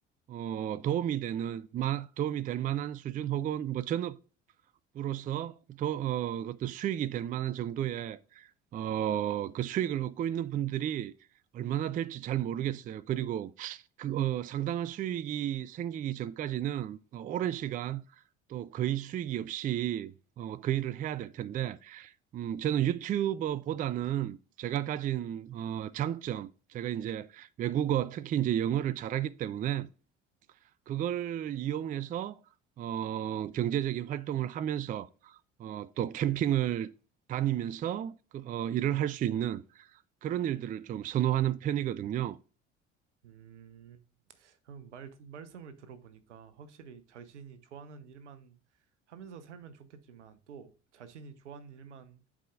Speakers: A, on the right; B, on the right.
A: 어, 도움이 되는, 마- 도움이 될 만한 수준 혹은 뭐 전업 로서 더, 어, 어떤 수익이 될 만한 정도의 어, 그 수익을 얻고 있는 분들이 얼마나 될지 잘 모르겠어요. 그리고 그, 어, 상당한 수익이 생기기 전까지는 어, 오랜 시간 또 거의 수익이 없이 어, 그 일을 해야 될 텐데, 음, 저는 유튜버보다는 제가 가진 어, 장점, 제가 이제 외국어, 특히 이제 영어를 잘하기 때문에 그걸 이용해서 어, 경제적인 활동을 하면서 어, 또 캠핑을 다니면서 그, 어, 일을 할 수 있는 그런 일들을 좀 선호하는 편이거든요.
B: 음, 그럼 말, 말씀을 들어보니까 확실히 자신이 좋아하는 일만 하면서 살면 좋겠지만 또 자신이 좋아하는 일만